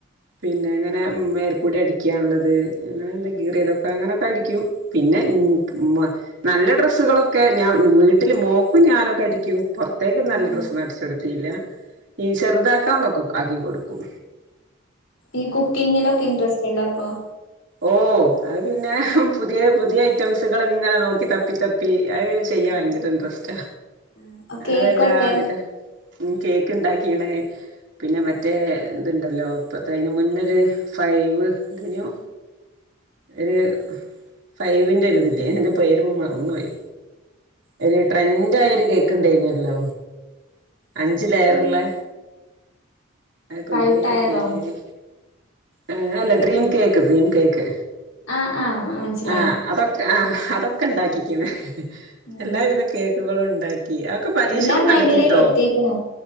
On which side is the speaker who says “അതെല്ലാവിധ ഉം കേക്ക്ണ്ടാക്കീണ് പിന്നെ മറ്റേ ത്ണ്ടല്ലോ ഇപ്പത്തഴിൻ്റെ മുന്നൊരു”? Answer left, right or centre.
Right